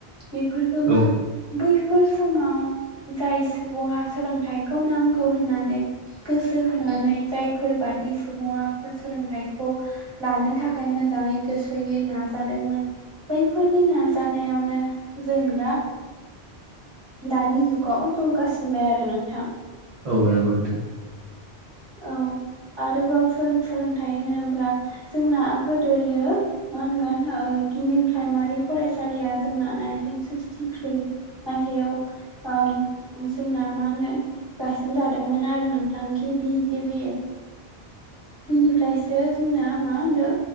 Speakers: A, on the right; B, on the right.
A: बेफोरबो
B: औ
A: मा बैफोर समाव जाय सुबुङा सोलोंथाइखौ नांगौ होननानै गोसो होनानै जायफोरबादि सुबुंङा सोलोंथाइखौ लानो थाखाय मोजाङै गोसोयै नाजादोंमोन बै फोरनि नाजानायावनो जों दा दानि जुगाव जौगासिनबाय आरो नोंथां
B: औ नगथ
A: औ आरोबाव जों सोलोंथाइ होनोब्ला जोंना गोदोयो मा होनगोन गिबि प्राइमारि फरायसालिया जोंना नाइनटिन सिक्सटिथ्रि मायथयाव ओम जोंना मा होनगोन गायसनजादोंमोन आरो नोंथां कि बि गबियो बिनिफ्रायसो जोंना मा होनदों